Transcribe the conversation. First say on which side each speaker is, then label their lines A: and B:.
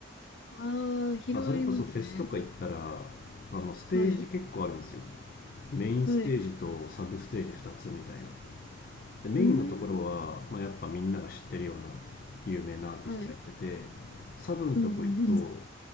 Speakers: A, on the left; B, on the left.
A: ああ、広がりますね。
B: まあ、それこそフェスとか行ったら、あの、ステージ結構あるんですよ。
A: はい、
B: メインステージとサブステージ2つみたいな。
A: はい。
B: で、メインのところは、
A: うーん、
B: まあ、やっぱみんなが知ってるような有名なアーティストがやってて、
A: はい。
B: サブのとこ行くと、
A: うん、うん、うん。